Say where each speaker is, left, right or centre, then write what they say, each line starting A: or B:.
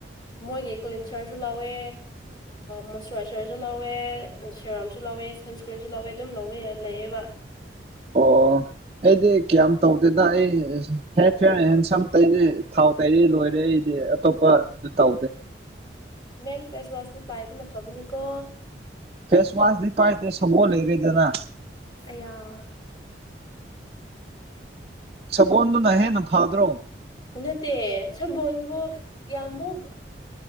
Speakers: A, on the left; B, on the right.
A: ꯃꯣꯏꯒꯤ ꯀ꯭ꯂꯤꯟꯁꯔꯁꯨ ꯂꯧꯥꯎꯋꯦ ꯃꯣꯏꯆꯔꯥꯏꯖꯔꯁꯨ ꯂꯧꯋꯦ ꯁꯦꯔꯥꯝꯁꯨ ꯂꯧꯋꯦ ꯁꯟꯁꯀ꯭ꯔꯤꯟꯁꯨ ꯂꯧꯋꯦ ꯑꯗꯨꯝ ꯂꯧꯕ ꯂꯩꯦ ꯑꯦꯕ
B: ꯑꯣ ꯑꯩꯗꯤ ꯀꯌꯥꯝ ꯇꯧꯗꯦꯗ ꯑꯩ ꯍꯦ ꯍꯦ ꯁꯝ ꯇꯩꯔ ꯊꯥꯎ ꯇꯩꯔ ꯂꯣꯏꯔꯦ ꯑꯩꯗꯤ ꯑꯇꯣꯞꯄ ꯑꯗꯨ ꯇꯥꯎꯗꯦ
A: ꯃꯦꯟ ꯐꯦꯁ ꯋꯥꯁꯁꯤ ꯄꯥꯏꯕꯅ ꯐꯕꯅꯤꯀꯣ
B: ꯐꯦꯁ ꯋꯥꯁ ꯄꯥꯏꯇ ꯁꯣ ꯂꯩꯔꯦꯗꯅ
A: ꯑ
B: ꯁꯕꯣꯟ ꯑꯗꯨ ꯅꯍꯦ ꯅ ꯐꯗ꯭ꯔꯣ
A: ꯅꯠꯇꯦ ꯁꯕꯣꯜꯕꯨ ꯀꯌꯥꯃꯨꯛ